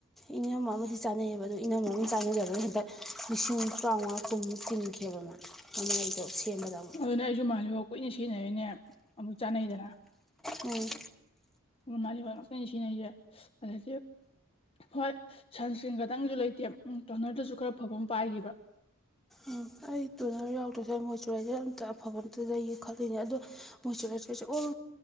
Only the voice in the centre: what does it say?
ꯏꯅꯝ ꯑꯃꯗꯤ ꯆꯥꯅꯩꯌꯦꯕ ꯑꯣ ꯏꯅꯝ ꯑꯃ ꯆꯥꯟꯅꯖꯒꯅ ꯍꯟꯗꯛ ꯂꯤꯁꯤꯡ ꯇꯔꯥꯃꯉꯥ ꯀꯨꯟꯃꯨꯛ ꯇꯤꯟꯈꯤꯈꯤꯕꯕ ꯃꯥ ꯃꯃ ꯑꯩꯗꯣ ꯁꯦꯝꯕꯗ ꯑꯃꯨꯛ
ꯎꯝ
ꯎꯝ ꯐ ꯑꯩ ꯇꯨꯅꯔ ꯌꯥꯎꯗ꯭ꯔꯁꯨ ꯑꯩ ꯃꯣꯏꯆꯨꯔꯥꯏꯖꯔ ꯑꯝꯇ ꯑꯐꯕ ꯑꯝꯇ ꯂꯩꯌꯦ ꯈꯂꯤꯅꯦ ꯑꯗꯣ ꯃꯣꯏꯆꯔꯥꯏꯖꯔꯁꯦ ꯑꯣꯜ